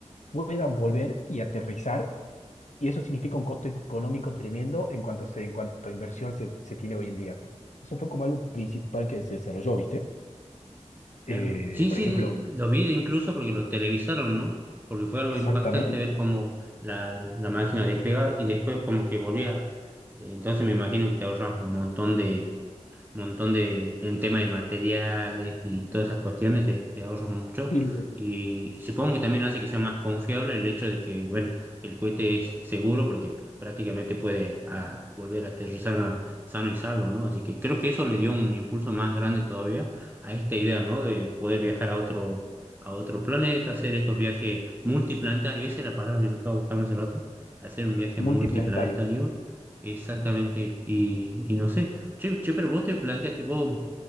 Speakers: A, on the left; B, on the right.
A: puedan volver y aterrizar, y eso significa un costo económico tremendo en cuanto, se, en cuanto a inversión se, se tiene hoy en día. Eso fue como algo principal que se desarrolló, ¿viste?
B: Claro.
A: Eh,
B: Sí,
A: por
B: sí,
A: ejemplo,
B: lo vi de incluso porque lo televisaron, ¿no? Porque fue algo
A: exactamente.
B: impactante ver cómo la, la máquina despega y después como que volvía. Eh, Entonces me imagino que te ahorras un montón de, montón de, en tema de materiales y todas esas cuestiones,
A: Y,
B: te, te ahorran mucho.
A: y
B: Y, supongo que también hace que sea más confiable el hecho de que, bueno, que el cohete es seguro porque prácticamente puede ah, volver a aterrizar a- sano y salvo, ¿no? Así que creo que eso le dio un impulso más grande todavía a esta idea, ¿no? De poder viajar a otro, a otro planeta, hacer estos viajes multiplanetarios, esa es la palabra que yo estaba buscando hace rato, hacer un viaje
A: multiplanetario.
B: multiplanetario, exactamente, y, y no sé. Che, che, pero vos te planteaste, vos